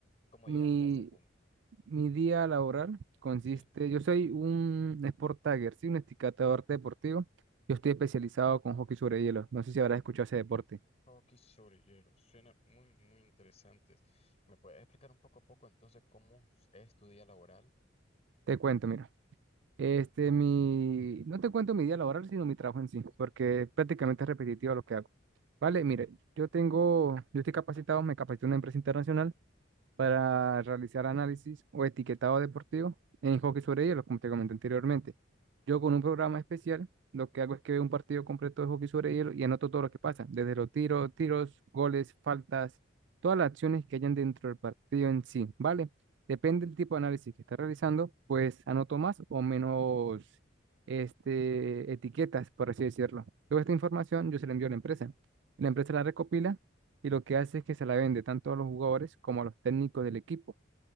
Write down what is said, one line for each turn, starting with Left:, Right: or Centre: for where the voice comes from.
Left: ¿Cómo
Right: Mi,
Left: llegaste a ese punto?
Right: mi día laboral consiste,
Left: Sí.
Right: yo soy un sport tagger, sí, un esticatador deportivo. Yo estoy especializado con hockey sobre hielo. No sé si habrás escuchado ese deporte.
Left: Hockey sobre hielo. Suena muy, muy interesante. ¿Me puedes explicar un poco a poco entonces cómo es tu día laboral?
Right: Te cuento, mira. Este, mi, no te cuento mi día laboral, sino mi trabajo en sí, porque prácticamente es repetitivo lo que hago. Vale, mire, yo tengo, yo estoy capacitado, me capacité en una empresa internacional para realizar análisis o etiquetado deportivo en hockey sobre hielo, como te comenté anteriormente. Yo con un programa especial, lo que hago es que veo un partido completo de hockey sobre hielo y anoto todo lo que pasa, desde los tiros, tiros, goles, faltas, todas las acciones que hayan dentro del partido en sí, ¿vale? Depende del tipo de análisis que esté realizando, pues anoto más o menos este, etiquetas, por así decirlo. Toda esta información yo se la envío a la empresa. La empresa la recopila y lo que hace es que se la vende tanto a los jugadores como a los técnicos del equipo.